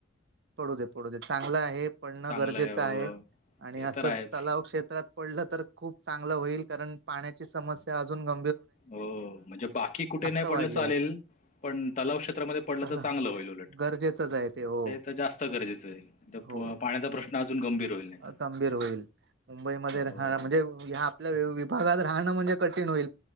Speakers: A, on the right; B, on the left.
A: पडू दे पडू दे चांगलं आहे पडणं
B: चांगलं
A: गरजेचं
B: हो
A: आहे आणि
B: ते
A: असंच
B: तर आहेच.
A: तलाव क्षेत्रात पडलं तर खूप चांगलं होईल कारण पाण्याची समस्या अजून ग
B: हो म्हणजे बाकी कुठे नाही
A: वाढली
B: पडलं चालेल
A: आहे
B: पण तलाव क्षेत्रामध्ये पडलं
A: त्याला
B: तर चांगलं होईल उलट
A: गरजेचंच आहे हो
B: ते तर जास्त गरजेचं आहे
A: हो
B: पाण्याचा प्रश्न अजून गंभीर होईल नाही तर
A: गंभीर होईल मुंबईमध्ये
B: हो.
A: राह म्हणजे ह आपल्या विभागात राह कठीण होई